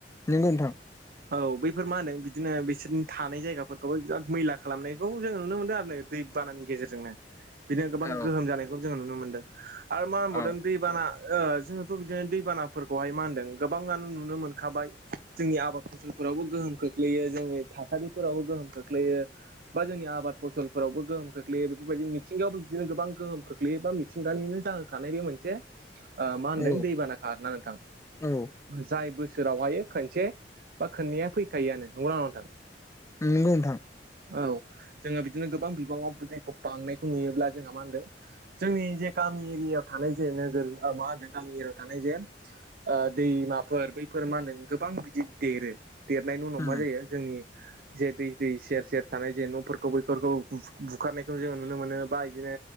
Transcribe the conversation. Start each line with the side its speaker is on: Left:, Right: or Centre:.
Left: नोंगौ ओनथां।
Right: औ बैफोर मा होनो बिदिनो बिसोरनि थानाय जायगाफोरखौबो बिराद मैला खालामनायखौ जोंङो नुनो मोनदों आरो नो दै बाननि गेजेरजोंनो बिदिनो गोबां
Left: औ
Right: गोहोम जानायखौ जोंङो नुनो मोनदों आरो मा होनबावदों
Left: औ
Right: दै बाना ओ जोंङोथ' बिदिनो दैबानाफोरखौहाय मा होनदों गोबांङानो नुनो मोनखाबाय जोंनि आबाद फसलफोरावबो गोहोम खोख्लैयो जोंनि थासारिफोरावबो गोहोम खोख्लैयो बा जोंनि आबाद फसलफोरावबो गोहोम खोख्लैयो बेफोरबायदिनो मिथिंगायावबो बिदिनो गोबां गोहोम खोख्लैयो बा मि मिथिंगानिनो जाहोखानाय बे मोनसे ओ मा होनदों
Left: औ
Right: दैबानाखा आरो ना नोंथां
Left: औ
Right: जाय बोसोराव हायो खोनसे बा खोननैया फैखायोआनो नंगौना नंङा नोंथां
Left: नोंगौ ओनथां
Right: औ जोंङो बिदिनो गोबां बिबांङाव दैखौ बांनायखौ नुयोब्ला जोंहा मा होनदों जोंनि जे गामि एरियायाव थानाय जे नोगोर ओ मा होनदों गामि एरियायाव थानाय जे ओ दैमाफोर बैफोर मा होनदों गोबां बिदि देरो देरनायनि उनाव
Left: उम
Right: मा जायो जोंनि जे दै दै सेर सेर थानाय जे न'फोरखौ बैफोरखौ बु बुखारनायखौ जोंङो नुनो मोनो बा इदिनो